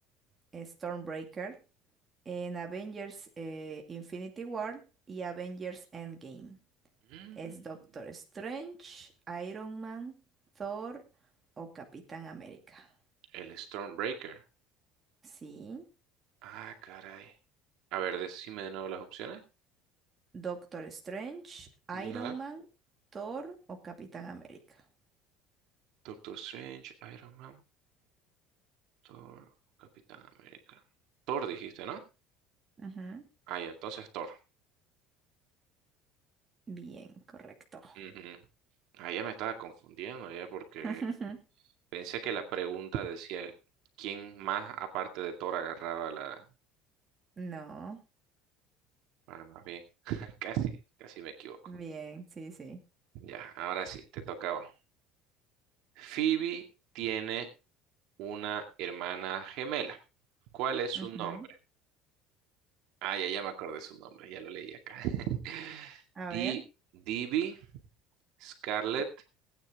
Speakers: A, on the right (about 20°); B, on the right (about 65°).
A: eh, Stormbreaker, en Avengers eh, Infinity War y Avengers Endgame?
B: Mm,
A: ¿Es Doctor Strange, Iron Man, Thor o Capitán América?
B: El Stormbreaker.
A: Sí,
B: Ah, caray. A ver, decime de nuevo las opciones.
A: Doctor Strange,
B: Ya.
A: Iron Man, Thor o Capitán América.
B: Doctor Strange, Iron Man, Thor, Capitán América. Thor dijiste, ¿no?
A: Ujú,
B: Ah, ya, entonces Thor.
A: Bien, correcto.
B: Ujú. Ah, ya me estaba confundiendo ya porque
A: <laughs>
B: pensé que la pregunta decía quién más aparte de Thor agarraba la,
A: No.
B: Ah, más bien. <laughs> Casi, casi me equivoco.
A: Bien, sí, sí.
B: Ya, ahora sí, te tocaba. Phoebe tiene una hermana gemela. ¿Cuál es su
A: Ujú.
B: nombre? Ah, ya, ya me acordé su nombre, ya lo leí acá. <laughs>
A: A
B: Di,
A: ver,
B: Divi, Scarlett,